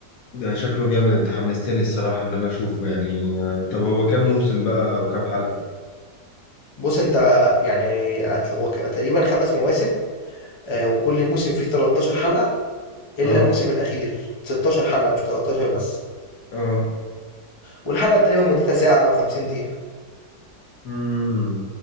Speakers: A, on the left; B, on the left.
A: ده شكله جامد انت حمستني الصراحة ان انا اشوفه يعني آه، طب هو كام موسم بقى او كام حلقة
B: بُص أنت يعني هت هو ك تقريبًا 5 مواسم آآ، وكل موسم فيه 13 حلقة إلا
A: اه
B: الموسم الأخير 16 حلقة مش 13 بس،
A: اه
B: والحلقة تقريبًا مدتها ساعة أو 50 دقيقة.
A: امم